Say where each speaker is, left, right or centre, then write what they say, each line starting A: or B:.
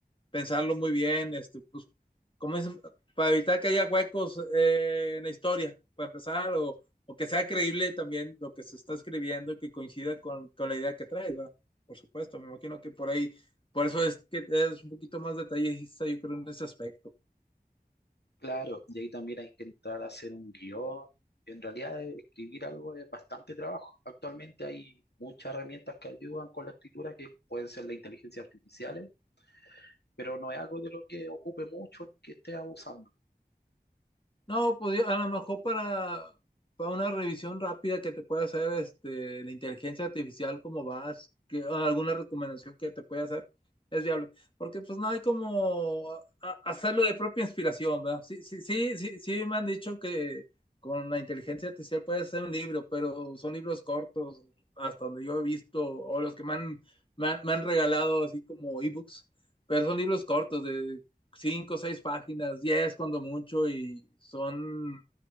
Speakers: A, on the left; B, on the left.
A: pensarlo muy bien, este, pues, como es, para evitar que haya huecos eh, en la historia, para empezar, o, o, que sea creíble también lo que se está escribiendo y que coincida con, con la idea que traes, ¿verdad? Por supuesto, me imagino que por ahí, por eso es que es un poquito más detallista, yo creo, en ese aspecto.
B: Claro, y ahí también hay que entrar a hacer un guión. En realidad, eh, escribir algo es bastante trabajo. Actualmente hay muchas herramientas que ayudan con la escritura, que pueden ser la inteligencia artificial, pero no es algo de lo que ocupe mucho ni que esté abusando.
A: No, pues yo- a lo mejor para, para una revisión rápida que te pueda hacer este, la inteligencia artificial, cómo vas, que, alguna recomendación que te pueda hacer, es viable. Porque pues no hay como a- a- hacerlo de propia inspiración, ¿verdad? Sí, sí, sí, sí, sí me han dicho que con la inteligencia artificial puedes hacer un libro, pero son libros cortos, hasta donde yo he visto, o los que me han, me han, me han regalado así como ebooks, pero son libros cortos de cinco, seis páginas, diez cuando mucho, y son,